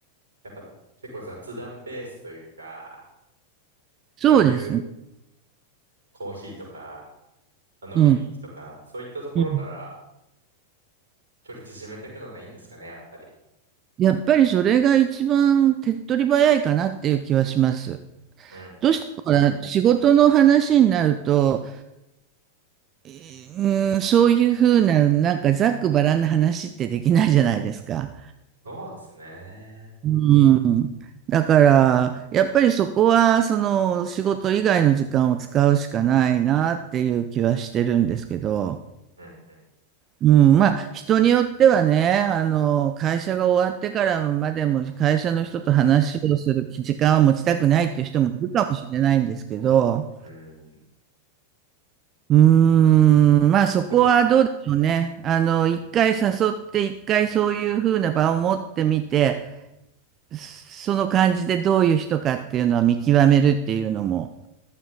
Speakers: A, on the right; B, on the right.
A: やっぱ、結構雑談ベースというか、
B: そうですね。
A: そういうコーヒーとか、まあ飲みに行くとか、
B: うん。
A: そういったところから
B: うん
A: 距離縮めていくのがいいんですかね、やっぱり。
B: やっぱりそれが一番手っ取り早いかなっていう気はします。
A: うん、うん、
B: どうしてもほら、
A: うん。
B: 仕事の話になると、えーうーん、そういうふうな、なんかざっくばらんな話ってできないじゃないですか。
A: そうですね。
B: うだから、やっぱりそこは、その、仕事以外の時間を使うしかないなっていう気はしてるんですけど、
A: うん、う
B: うん、まあ、人によってはね、あの、会社が終わってからまでも会社の人と話をする時間は持ちたくないっていう人もいるかもしれないんですけど、
A: ん、うん。
B: うーん、まあ、そこはどうでしょうね。
A: でも、
B: あの、一回誘って、一回そういうふうな場を持ってみて、その感じでどういう人かっていうのは見極めるっていうのも、